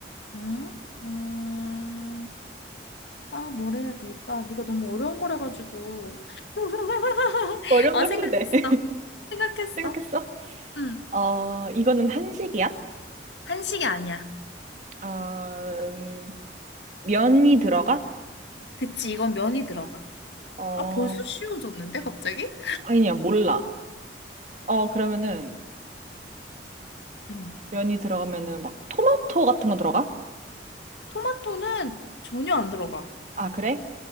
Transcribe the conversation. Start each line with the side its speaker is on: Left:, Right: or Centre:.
Left: 응? 음, 아, 뭘 해야 될까? 네가 너무 어려운 거래가지고 <laughs>
Right: 어려운
Left: 아,
Right: 거
Left: 생각했어.
Right: 해도 돼. <laughs>
Left: 생각했어.
Right: 생각했어?
Left: 응.
Right: 어, 이거는 한식이야?
Left: 한식이 아니야.
Right: 어, 음, 면이 들어가?
Left: 그치, 이건 면이 들어가.
Right: 어,
Left: 아, 벌써 쉬워졌는데, 갑자기?
Right: 아니야, 몰라. 어, 그러면은
Left: 응.
Right: 면이 들어가면은 막 토마토 같은 거 들어가?
Left: 토마토는 전혀 안 들어가.
Right: 아, 그래?